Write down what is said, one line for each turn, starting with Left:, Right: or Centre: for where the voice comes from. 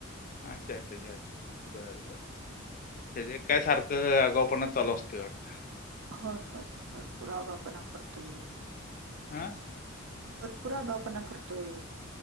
Left: अच्छा अच्छा अच्छा बरं. त्याज्या काय सारखं आगावपना चालू असते वाटतं.
Right: होय होय भरपूर आगावपणा करततोय.
Left: हा.
Right: भरपूर आगावपणा करतोय